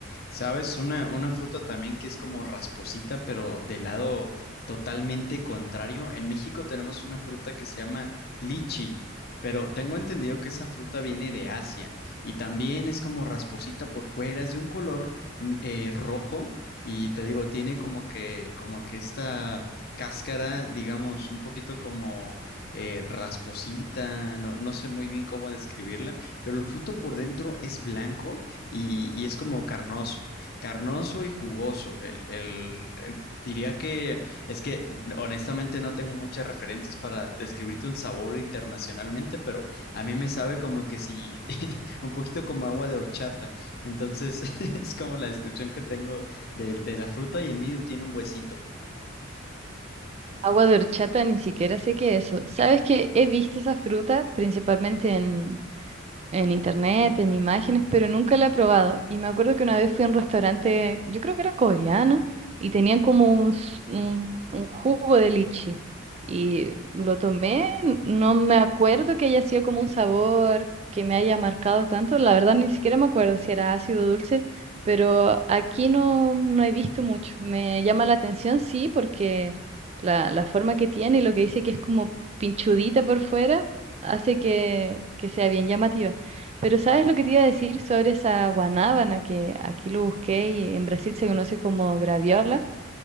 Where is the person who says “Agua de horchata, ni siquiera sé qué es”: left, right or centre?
Right